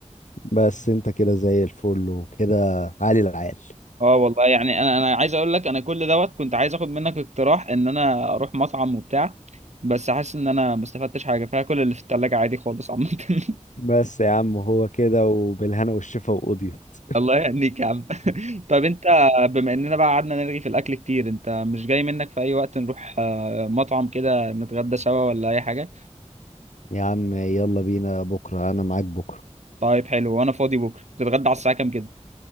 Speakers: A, on the left; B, on the right.
A: بس انت كده زي الفل وكده عالي العال
B: اه والله يعني انا انا عايز اقول لك انا كل دوت كنت عايز اخد منك اقتراح ان انا اروح مطعم وبتاع بس حاسس ان انا ما استفدتش حاجه فيها كل اللي في التلاجة عادي خالص عامه <laughs>
A: بس يا عم هو كده وبالهنا والشفا وقضيت
B: الله يهنيك يا عم طب انت بما اننا بقى قعدنا نرغي في الاكل كتير انت مش جاي منك في اي وقت نروح آه، مطعم كده نتغدى سوا ولا اي حاجه
A: يا عم يلا بينا بكرة أنا معاك بكرة
B: طيب حلو وانا فاضي بكره تتغدى على الساعه كام كده